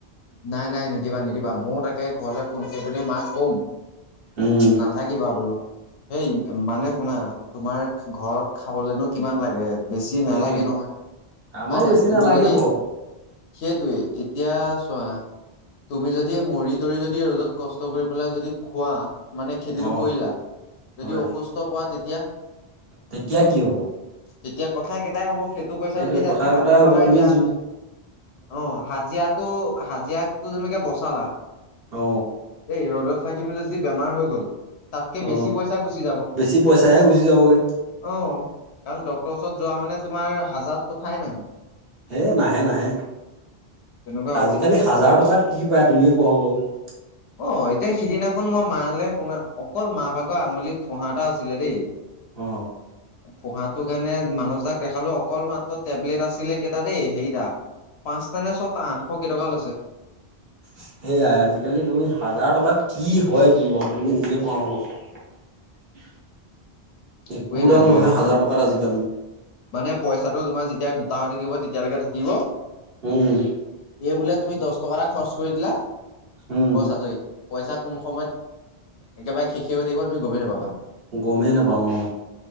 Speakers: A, on the left; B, on the right.
A: নাই নাই নিদিবা নিদিবা ময়ও তাকে ঘৰলৈ ফোন কৰি‌ পানি মাক কম।
B: উম
A: নাথাকিবা বোলো। হেই মানে শুনা তোমাৰ ঘৰত খাবলেনো কিমান লাগে? বেছি
B: সেইটোৱে
A: নালাগে নহয়
B: আমাৰো
A: হয় নাই
B: বেছি
A: তুমি
B: নালাগে
A: যদি
B: বাৰু
A: সেইটোৱে এতিয়া চোৱা তুমি যদি মৰি তৰি যদি ৰ'দত কষ্ট কৰি পেলাই যদি খোৱা। মানে খেতিটো
B: অ
A: কৰিলা
B: হয়
A: যদি অসুস্থ পোৱা তেতিয়া
B: তেতিয়া কি হব?
A: তেতিয়া কথা একেটাই হ'ব। সেইটো পইচা
B: সেইটোৱে
A: যদি তাতকে
B: কথা
A: হাজিৰা
B: কথা হব
A: লগাই
B: তুমি
A: দিয়া
B: যোন
A: অ হাজিৰাটো হাজিৰা টো জেনেকে বচালা,
B: অ
A: দেই ৰ'দত থাকি মেলি যি বেমাৰ হৈ গ'ল তাতকে
B: অ
A: বেছি পইচা গুচি যাব অ
B: বেছি পইচাহে গুচি যাবগে
A: কাৰণ- ছত যোৱা মানে তোমাৰ হাজাত কথাই নাহি।
B: হে নাহে নাহে
A: তেনেকুৱা হ'ব
B: আজিকালি- হাজাৰ
A: বহুত
B: টকাত কি পাই তুমিয়ে কোৱা হ' বাৰু-
A: অ এতিয়া সিদিনাখন মই মালে শুনা অকল মা ভাগৰ আঙুলিত ফোহা এটা হৈছিলে দেই
B: অ
A: ফোহাত সেইটো কাৰণে মানছ দাক দেখালো অকল মাত্ৰ টেবলেট আছিলে কেইটা দেই সেইটা পাঁচটা নে ছটা আঠশ কেইটকা লৈছে।
B: সেইয়াই আৰুজ জ খালি তুমি হাজাৰ টকাত কি হয় কি ব তুমি নিজে কোৱা হ'ব। <unintelligible> একোডাল
A: একোৱেই নাই আজিকালি
B: নহয় হাজাৰ টকাত আজিকালি
A: মানে পইচাটো তোমাৰ যেতিয়া ত হৈ থাকিব তেতিয়ালৈকে থাকিব
B: উম
A: এই বোলে তুমি দহ টকা এটা খৰচ কৰি দিলা,
B: উম
A: বছ আজৰি পইচা কম সময়ত একেবাৰে শেষি হৈ থাকিব তুমি গমেই নাপাবা।
B: গমেই নাপাম অ,